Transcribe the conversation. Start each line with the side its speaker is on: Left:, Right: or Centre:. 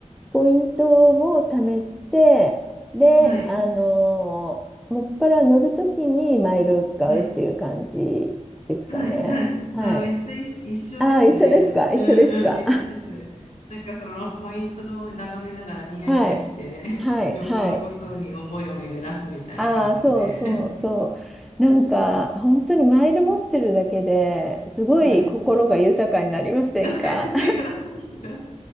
Centre: ポイントを貯めて、で、
Left: うん。はい。
Centre: あのーもっぱら乗るときにマイルを使うっていう感じですかね。
Left: はい。はいはい。
Centre: はい。
Left: あ、めっちゃ一緒、一緒ですね、
Centre: ああ、一緒ですか一緒ですか
Left: それ。うんうん、一緒です。なんかそのポイントを眺めながらニヤニヤして、
Centre: <laughs> はい。はい。
Left: <laughs> 旅行のことに思いを巡らすみたいな感じで。
Centre: はい。ああ、そうそうそう。なんか、本当にマイル持ってるだけですごい心が豊かになりませんか
Left: はい。わかります。